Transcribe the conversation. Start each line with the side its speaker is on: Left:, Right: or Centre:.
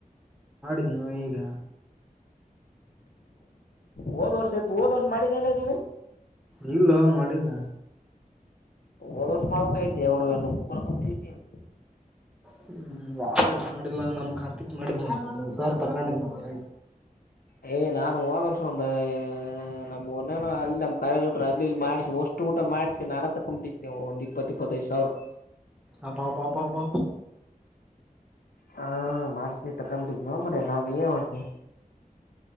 Centre: ನ ಈಗ.
Left: ಹೊದು ವರ್ಷ ಇತ್ತು ಹೊದ್ ವರ್ಷ ಮಾಡಿದ ಎನ್ ಲೇ ನೀನು.
Centre: ಇಲ್ಲೊ ಮಾಡಿಲ್ಲ.
Left: ಓದ್ ಮಾಡ್ಬೇಕಾಗಿತ್ತು ಲೇ ಹುಡ್ಗ ನೀನು. <inaudible>
Centre: ಹ್ಮ್ ಹೊದ ವರ್ಸ್ ಮಾಡಿಲ್ಲ ನಮ್ ಕಾರ್ತಿಕ್ ಮಾಡಿದ ಒಂದ್ ಸಾವಿರ ತಕೊಂಡಲ್ ನ ಅವರ.
Left: ಹೇಯ್ ನಾನು ಹೊದ ವರ್ಷ ಒಂದ..... ನಮ್ಮನ ಅಲ್ಲಿ ನಮ್ಮ್ ಕಾಲೇಜೋರ ಅಲ್ಲಿ ಇಲ್ಲಿ ಮಾಡಿಸಿ ಒಷ್ಟು ಊಟ ಮಾಡಿಸಿ ನಾನ ತಕೊಂಡ್ಬಿಟ್ಟಿದ್ದೆ ನೀವು ಒಂದ ಇಪ್ಪತ್ತ ಇಪ್ಪತೈದು ಸಾವಿರ. ಸಾವಿರ.
Centre: ಅಬ್ಬಬ್ಬಬ್ಬಬ್ಬ
Left: ಹಾ ಮಾಡ್ಸಿ ತಕಂಬಿಟ್ಟೀನೋ ಮರಾಯ ನಾನು ಎನ್ ಮಾಡತಿ.